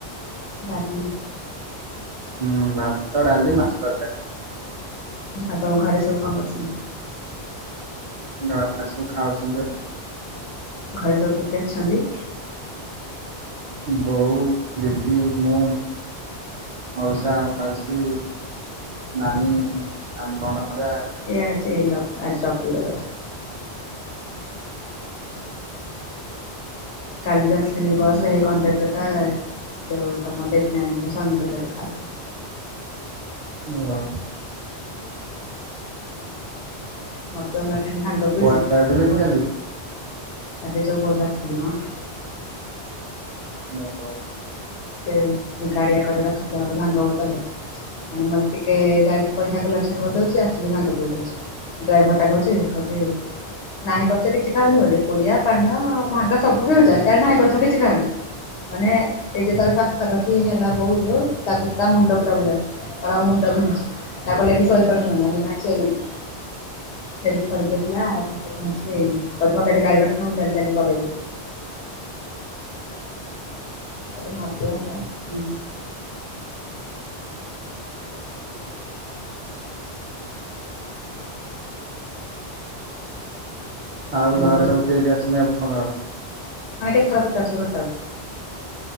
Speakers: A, on the left; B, on the right.
A: ଡାଲି
B: ହୁଁ ଭାତ ଡାଲି ମାଛ ତରକାରୀ।
A: ଆଉ ତମ ଘରେ ସବୁ କଣ କରୁଛନ୍ତି?
B: ଘରେ ସବୁ ଖାଉଛନ୍ତି ଆଉ।
A: ଘରେ ସବୁ କିଏ କିଏ ଅଛନ୍ତି?
B: ବୋଉ ଦିଦି ମୋ। ମଉଷା ମାଉସୀ ନାନୀ ଆ ଭଣଜା
A: ଏଆ ଚେଲ ଆଜି ରବିବାର। କାଲି ଯେ ଆସଲିନେଇ ବସ ରେ ହେଇ କଣ୍ଟାକ୍ଟରଟା ଯେଉ ତମର ଡେଟି ନାଏନି ଙ୍କ ସ୍ବାମୀ ପରିକା ଦେଖା ହଉଥିଲେ।
B: ମୁଁ ଅ
A: ମତେ ଅନା ଖାଲି ଭାଙ୍ଗ
B: ଯାଇଥିଲେ
A: ପିଉଚି
B: କି
A: ବତ୍
B: କାଲି?
A: ଖାଲି ଯୋଉ ବହୁଧ ଆସିଲି ମ
B: ଓ ଓ।
A: ସେ ଗାଡ଼ିଆକରେ ରଖିଥିଲା ଗୋଟେ ଭାଙ୍ଗ ବୋତଲ ଟେ। ମାନେ ମତେ ଟିକେ ଯାଇକି ପଇସା କଲେସନ କରିଦଉଚି ଆସିକି ଭାଙ୍ଗ ପିଇ ଦଉଛି। ଡ୍ରାଇଭରଟା କହୁଚି କହୁଚି ନାହିଁ କରୁଚ କିଛି ଖାଉନି ବୋଲି ପୋଡିଆ ପାନ ଭାଙ୍ଗ ତ ସବୁ ପିଉଚ ଇଆଡେ ନାହିଁ କରୁଚ ମୁଁ କିଛି ଖାଉନି ମାନେ ଏ ଯେତଳେ ପାଖା ପାାଖି ହେଲା ବହୁତ ତାକୁ ତା ମୁଣ୍ଡ ପୁରା ବୁଲେଇଲା। କଣ ମୋ ମୁଣ୍ଡ ବିନ୍ଧୁଚି ତାକୁ କହିଲେ ଏଠି ଶୋଇପଡ଼ ନହେଲେ କହିଲା ନାଇଁ ସୋଇବିନି। ହେଲ୍ପ କରାଯାଇଥିଲା ତାଙ୍କୁ କହୁଚି କହୁଚି ମତେ ଏଠି ଗାଡି ରଖିଥା ମୁଁ ଚାଲି ଚାଲି ପଳେଇବି। କାଲି ମଦୁଆଙ୍କ
B: ହୁଁ। ଆଉ
A: ତମ
B: ଘରେ
A: ଆଡେ ମେଘ
B: ସବୁ କିଏ କିଏ ଅଛନ୍ତି ଆପଣଙ୍କର?
A: ମାନ କେତେଥର ପଚାରୁଚନ୍ତି ଗଟାକୁ?